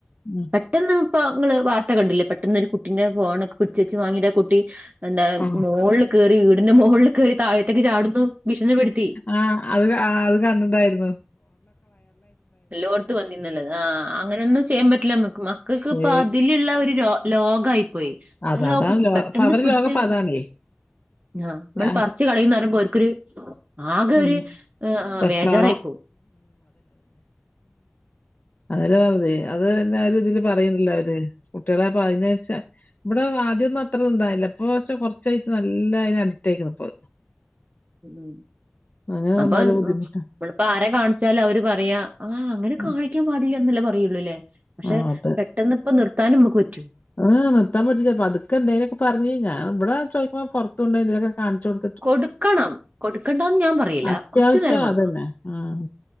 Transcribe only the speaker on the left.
ഉ
ആ
ആഹ് അത് അത് കണ്ടിണ്ടായിരുന്നു
ഏ
അത്
അതാണ് ലോ
അപ്പൊ അവരെ
ലോകം അപ്പൊ അതാണേ
ആ,
ഉം,
വെപ്രാളം
അത പറത അത്ന് ആയലും ഇതില് പറയണല്ലോ അവര് കുട്ടികളെ അപ്പ അതിന വെച്ച ഇവിടെ ആദ്യം ഒന്നും അത്രന്ന ഉണ്ടായില്ല ഇപ്പ പക്ഷെ കൊറച്ചായിട്ട് നല്ല അയിന് അടിറ്റ് ആയിക്കുന്ന ഇ
അങ്ങനെ
വന്നാലും
ബുദ്ധിമുട്ടാ
ഉം.
ആ
ആഹ് നിർത്തൻ പറ്റിച്ചേ അപ്പ അതൊക്കെന്തെനൊക്ക പറഞ്ഞി. ഇവിടെ ചോദിക്കുമ്പോ പുറത്തു കൊണ്ടൊയി എന്താ കിലും മോക്കെ കാണിച്ചു കൊടു
അത്യാവശ്യം
അതന്നെ. ഉം.